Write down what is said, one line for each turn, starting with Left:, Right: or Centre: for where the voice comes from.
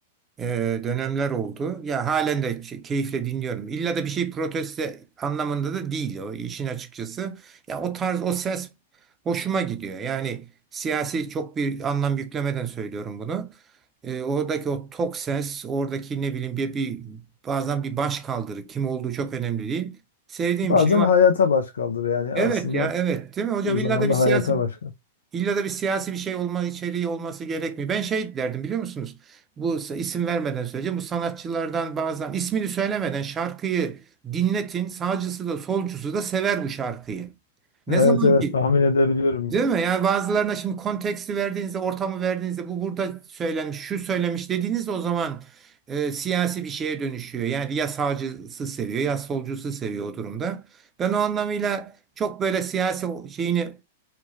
Right: e, dönemler oldu. Ya halen de ç- keyifle dinliyorum. İlla da bir şey proteste anlamında da değil o işin açıkçası. Ya o tarz o ses hoşuma gidiyor. Yani siyasi çok bir anlam yüklemeden söylüyorum bunu. E, oradaki o tok ses, oradaki ne bileyim bir, bir bazen bir baş kaldırı kim olduğu çok önemli değil. Sevdiğim
Left: Bazen
Right: bir şey var.
Left: hayata baş kaldır yani
Right: Evet
Left: aslında
Right: ya evet değil mi hocam?
Left: o
Right: İlla
Left: zaman
Right: da bir
Left: da
Right: siyasi
Left: hayata baş kaldır.
Right: İlla da bir siyasi bir şey olma içeriği olması gerekmiyor. Ben şey derdim biliyor musunuz? Bu isim vermeden söyleyeceğim. Bu sanatçılardan bazen ismini söylemeden şarkıyı dinletin. Sağcısı da solcusu da sever bu şarkıyı. Ne
Left: Evet
Right: zaman
Left: evet
Right: ki
Left: tahmin edebiliyorum.
Right: değil mi? Yani bazılarına şimdi konteksti verdiğinizde, ortamı verdiğinizde bu burada söylenmiş, şu söylemiş dediğinizde o zaman e, siyasi bir şeye dönüşüyor. Yani ya sağcısı seviyor ya solcusu seviyor o durumda. Ben o anlamıyla çok böyle siyasi şeyini